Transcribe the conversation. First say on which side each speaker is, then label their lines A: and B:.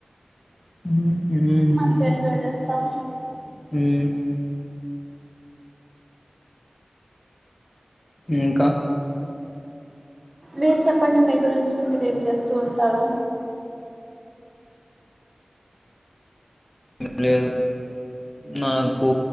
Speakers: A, on the left; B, on the right.
A: మ్మ్
B: మంచిగా ఎంజాయ్ చేస్తాం
A: మ్మ్ ఇంకా
B: మీరు చెప్పండి మీ గురించి మీరు ఏం చేస్తూ ఉంటారు
A: ఏం లేదు నాకు